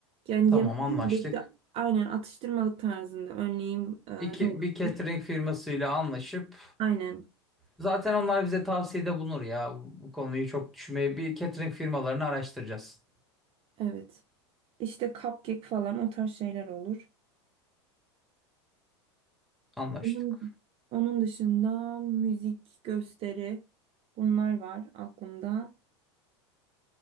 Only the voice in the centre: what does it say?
Tamam
anlaştık.
Bir, ke-
bir catering firmasıyla anlaşıp
Zaten onlar bize tavsiyede bulunur ya. Bu konuyu çok düşünmeye bir catering firmalarını araştıracağız.
Anlaştık.